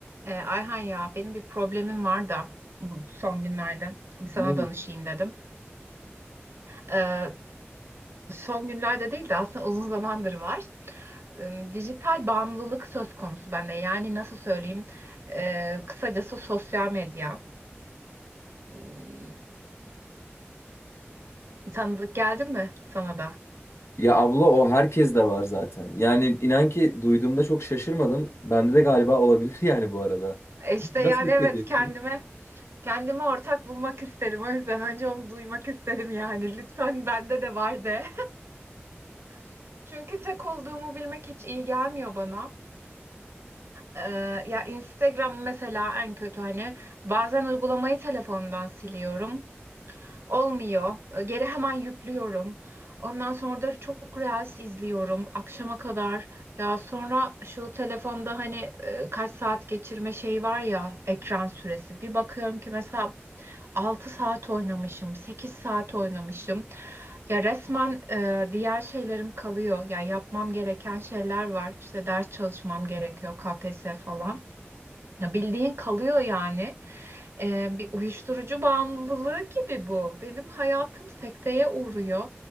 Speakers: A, on the right (about 65°); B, on the left (about 75°).
A: Ee, Ayhan ya benim bir problemim var da bu son günlerde bir sana
B: Ne?
A: danışayım dedim. Ee, son günlerde değil de aslında uzun zamandır var. Ee, dijital bağımlılık söz konusu bende. Yani nasıl söyleyeyim? Ee, kısacası sosyal medya. Ee, tanıdık geldi mi sana da?
B: Ya abla o herkes de var zaten. Yani inan ki duyduğumda çok şaşırmadım. Bende de galiba olabilir <laughs> yani bu arada.
A: E İşte
B: Nasıl
A: yani
B: hissediyorsun?
A: evet kendime kendime ortak bulmak istedim. O yüzden önce onu duymak istedim yani. Lütfen bende de var de. <laughs> Çünkü tek olduğumu bilmek hiç iyi gelmiyor bana. Ee, ya Instagram mesela en kötü hani bazen uygulamayı telefondan siliyorum. Olmuyor. Ee, Geri hemen yüklüyorum. Ondan sonra da çok reels izliyorum akşama kadar. Ya sonra şu telefonda hani e, kaç saat geçirme şeyi var ya ekran süresi. Bir bakıyorum ki mesela 6 saat oynamışım, 8 saat oynamışım. Ya resmen e, diğer şeylerim kalıyor. Ya yapmam gereken şeyler var. İşte ders çalışmam gerekiyor, KPSS falan. Ya Bildiğin kalıyor yani. Ee, bir uyuşturucu bağımlılığı gibi bu. Benim hayatım sekteye uğruyor.